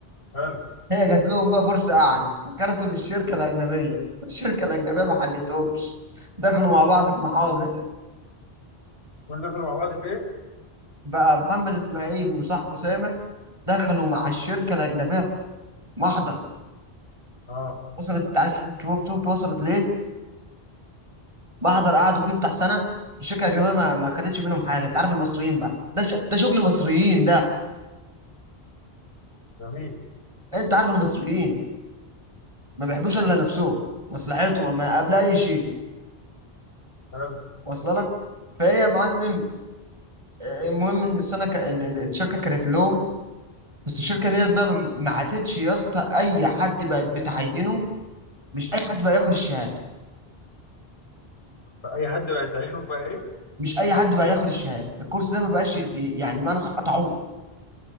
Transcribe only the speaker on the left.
حلو
كل ده كنا مع بعض في ايه؟
اه
جميل
حلو
فأي حد بقت عينه بقى ايه؟